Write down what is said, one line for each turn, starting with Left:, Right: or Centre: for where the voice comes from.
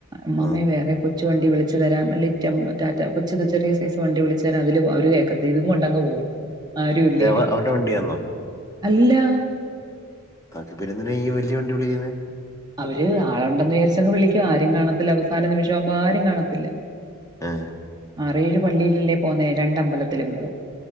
Right: അമ്മാമ്മേ
Left: ഉം.
Right: വേറെ കൊച്ച കൊച്ചു വണ്ടി വിളിച്ചുതരാം അല്ലെങ്കി ടെംപ് റ്റാറ്റാ കൊച്ചിത് ചെറിയ സൈസ് വണ്ടി വിളിച്ചു തരാം അതില് പോ അവര് കേക്കത്തില്ല ഇതുകൊണ്ട് അങ്ങ് പോകും ആരുമില്ലേലും
Left: ഏ, അവ- അവരുടെ വണ്ടിയാന്നോ
Right: ഇല്ല <unintelligible>
Left: ആപ്പ പിന്നെ എന്തിനാ ഈ വലിയ വണ്ടി വിളിക്കുന്നെ
Right: അവര് ആളുണ്ട് എന്നുവിചാരിച്ചങ്ങ് വിളിക്കും ആരും കാണത്തില്ല അവസാനനിമിഷമാകുമ്പോൾ ആരും കാണത്തില്ല
Left: ഏ,
Right: ആറ്ഏഴ് പള്ളീലല്ലേ പോന്നേ രണ്ട് അമ്പലത്തിലും പോകും